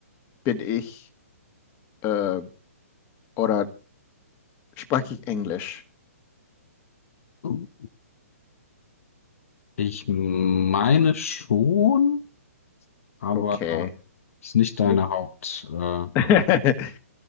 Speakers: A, on the left; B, on the left.
A: bin ich, äh, oder sprach ich Englisch.
B: Oh. Ich meine schon, aber
A: Okay,
B: ist nicht deine
A: nicht,
B: Haupt. Äh,
A: <laughs>